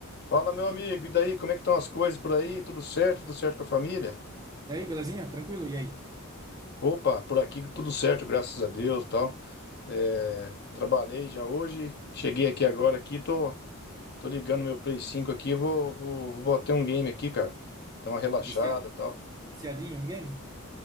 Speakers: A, on the left; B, on the right.
A: Fala, meu amigo, e daí? Como é que estão as coisas por aí? Tudo certo? Tudo certo com a família?
B: E aí, belezinha? Tranquilo? E aí?
A: Opa, por aqui tudo certo, graças a Deus, tal. É, trabalhei já hoje, cheguei aqui agora aqui, tô, tô ligando meu Play 5 aqui, vou, vou, vou bater um game aqui, cara. Dá uma relaxada,
B: Vicia...
A: tal.
B: Viciadinho em game?